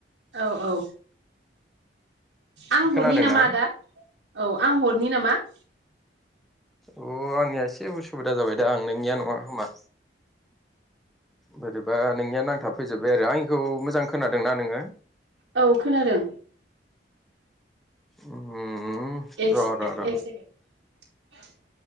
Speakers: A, on the right; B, in the centre.
A: औ औ। आं
B: खोनादोंना
A: हरनि नामा आदा? औ आं हरनि नामा? <inaudible>
B: अ आंनिया एसे उसुबिदा जाबाय दा आं नोंनिया नङा खोमा बोरैबा नोंनिया नांथाबफैजोबबाय आरो आंनिखौ मोजां खोनादोंना नोङो?
A: औ खोनादों।
B: उम
A: एस
B: र'
A: एक
B: र' र'
A: सेकेण्ड